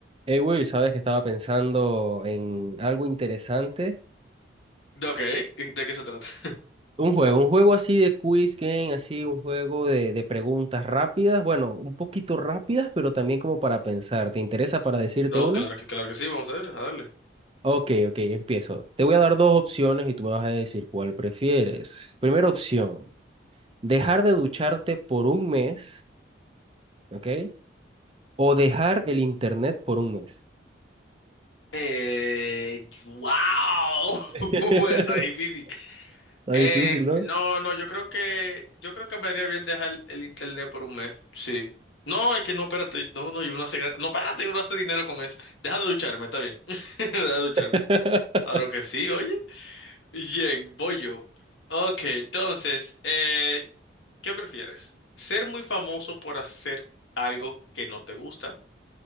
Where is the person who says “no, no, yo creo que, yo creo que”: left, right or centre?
Left